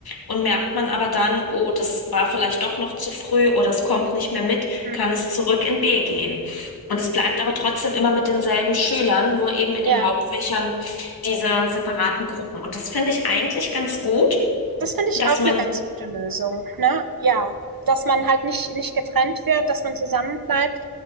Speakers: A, on the left; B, on the right.
A: Und merkt man aber dann, oh, das war vielleicht doch noch zu früh oder es kommt nicht mehr mit,
B: Mhm.
A: kann es zurück in B gehen. Und es bleibt aber trotzdem immer mit denselben Schülern, nur eben in
B: Ja.
A: den Hauptfächern diese separaten Gruppen. Und das finde ich eigentlich ganz gut,
B: Das finde ich
A: dass
B: auch
A: man
B: eine ganz gute Lösung, ne? Ja, dass man halt nicht nicht getrennt wird, dass man zusammen bleibt.